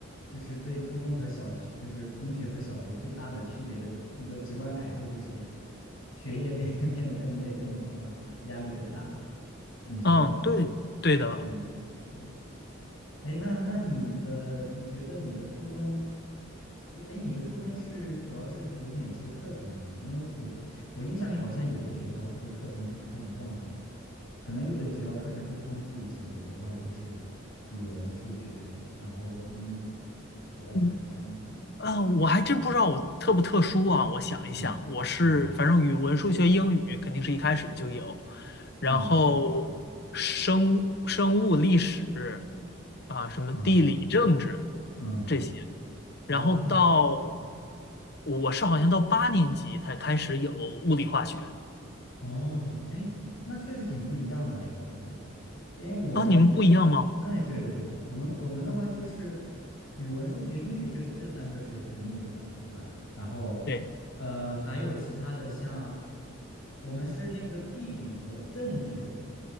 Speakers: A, on the left; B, on the left.
A: 就是对初中和小学，就是中学和小学最大的区别的一个直观感受就是，学业变 <laughs> 变得更累、更忙了，压力更大了，你说是吧？
B: 嗯，对，对的。
A: 嗯，对。哎，那那你的，你觉得你的初中，就哎，诶你的初中是主要是有哪些课程呢？因为我我印象里好像有的学校它的课程不太一样哎，可能有的学校课程会丰富一些，有的话就是语文、数学，然后英语，主要是这三门。
B: 嗯，啊，
A: 对，
B: 我还真不知道我特不特殊啊。我想一想，
A: 嗯嗯
B: 我是反正语文、数学、英语肯定是一开始就有，然后
A: 嗯
B: 生生物、历史啊，什么地理、
A: 嗯
B: 政治
A: 嗯，
B: 这些。
A: 哦
B: 然后到我是好像到八年级才开始有物理化学
A: 哦，哎，那确实挺不一样的哎，我感觉。因为我们
B: 啊，你们不一样吗？
A: <laughs>，哎，对对对，我们我们的话就是语文、数学、英语这这三个是肯定有的，对吧？然后，
B: 对，
A: 呃，还有其他的像，我们是那个地理和政治，